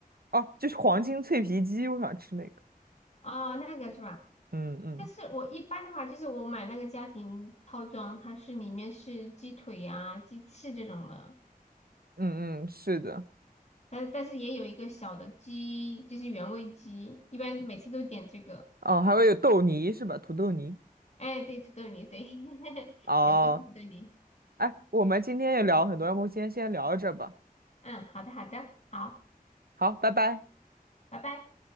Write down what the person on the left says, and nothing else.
哦，那个是吧？
但是我一般的话，就是我买那个家庭套装，它是里面是鸡腿呀、鸡翅这种的，
但但是也有一个小的鸡，就是原味鸡，一般每次都点这个。
哎，对，土豆泥，对，<laughs>
有个土豆泥。
嗯，好的，好的，好，
拜拜。